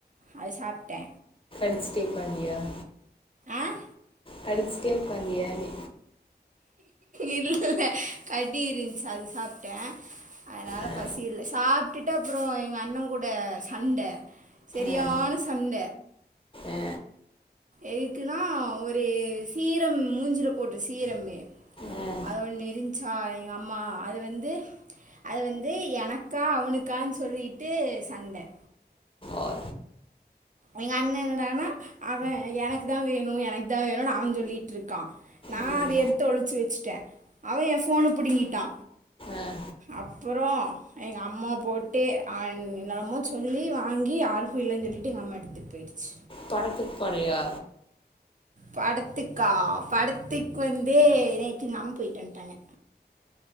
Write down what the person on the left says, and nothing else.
லிப்ஸ்டிக் <unintelligible>
கடிச்சுக்க <unintelligible> நீ
ஆ
ஆ
ஆ
ஆ
ஓ
ம்
ஆ
படத்துக்கு போலயா